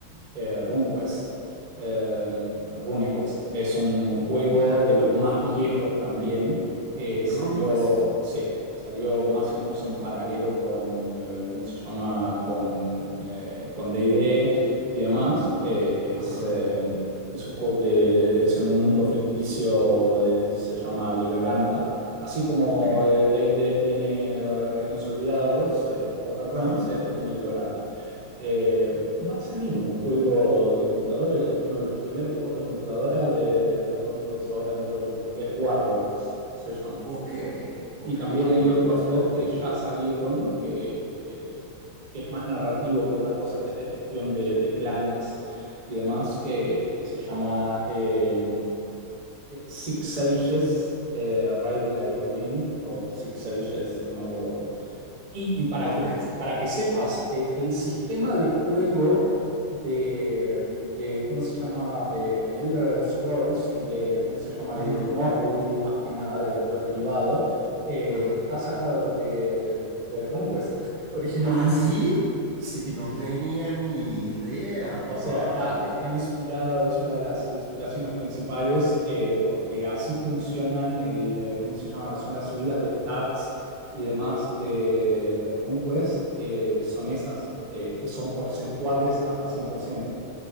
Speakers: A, on the right (about 45°); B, on the right (about 75°).
A: eh, RuneQuest. Eh, RuneQuest es un juego de los más viejos también eh, salió,
B: RunQuest,
A: sí, salió más
B: ok,
A: o menos en paralelo con, eh, ¿cómo se llama? Con, eh, con D&D y D y demás. Eh,
B: ajá,
A: es, eh, es un juego que es en un mundo ficticio, eh, se llama Gloranta. Así como
B: ok,
A: eh, D&D tiene eh, Reinos Olvidados, eh, Forgotten Realms,
B: ajá,
A: esto tiene Gloranta. Eh, va a salir un juego de computadora, eh, uno de los primeros juegos de computadora de, de RomQuest ahora dentro de poco, que es Warlords, se llama.
B: ok, ok,
A: Y también
B: ah,
A: hay
B: interesante,
A: otros dos que ya salieron, que, que- que es más narrativo que otra cosa, que es de gestión de, de clanes y demás, que, que se llama eh, eh, Six Sages, eh, Ride Like a Wind, o Six Sages, no me acuerdo cuánto. Y, y para
B: ok,
A: que, para que sepas, eh, el sistema de juego de, de ¿cómo se llama? De, de Elder Scrolls y de, ¿cómo se llama?
B: ujú,
A: Y de Morrowind más que nada y después derivado, eh,
B: ajá,
A: está sacado de, de RuneQuest <laughs> originalmente.
B: ¿ah, sí?
A: Sí.
B: No tenía ni idea, wow,
A: O sea, está, está inspirado, es una de las inspiraciones principales, eh, porque así funcionan el, eh, ¿cómo se llama? Son las subidas de stats y demás de, de RuneQuest, eh, son esas, eh, son porcentuales hasta 100%